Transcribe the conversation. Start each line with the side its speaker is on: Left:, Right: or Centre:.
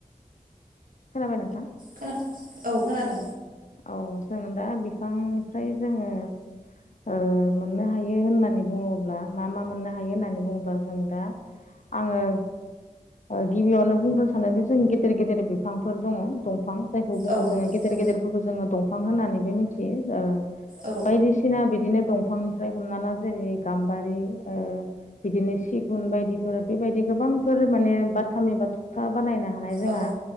Left: खोनाबाय नोंथां
Right: खोना औ खोनादों
Left: औ जों दा बिफांनिफ्राय जोङो ओ मोननो हायो होननानै बुङोब्ला मा मा मोननो हायो होननानै बुङोब्ला जों दा आङो ओ गिबियावनो बुंग्रोनो सानोदि जों गेदेर गेदेर बिफांफोर दङ दंफां जायखौ बुङो
Right: औ
Left: जोङो गेदेर
Right: औ
Left: गेदेरफोरखौ जोङो दंफां होननानैबो मिथियो जा ओ
Right: औ
Left: बायदिसिना बिदिनो दंफांनिफ्राय हमना ला जेरै गाम्बारि ओ बिदिनो सिगुन बायदिफोर बेबायदि गोबांफोर माने बाथाम एबा थखथा बानायनो हानाय जोंहा
Right: औ